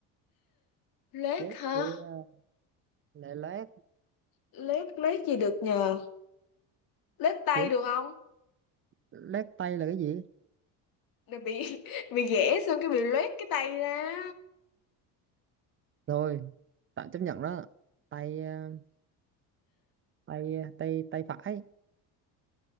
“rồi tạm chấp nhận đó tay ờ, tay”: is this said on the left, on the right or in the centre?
Right